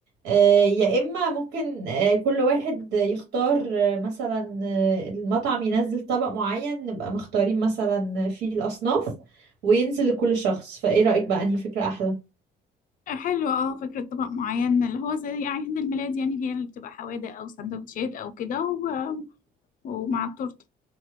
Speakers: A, on the right; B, on the left.
A: آه، يا إما ممكن آه، كل واحد يختار آه، مثلا آه، المطعم ينزل طبق معين نبقى مختارين مثلا فيه الأصناف وينزل لكل شخص فإيه رأيك بقى أنهي فكرة أحلى
B: حلو اه فكرة طبق معين اللي هو زي عيد الميلاد يعني اللي هي اللي بتبقى حوادق أو سندوتشات أو كده و- ومع التورتة